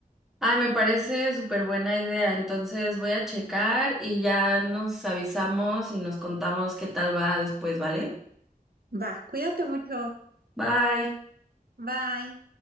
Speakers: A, in the centre; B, on the right.
A: Ay, me parece súper buena idea. Entonces voy a checar y ya nos avisamos y nos contamos qué tal va después, ¿vale?
B: Va, cuídate mucho.
A: Bye.
B: Bye.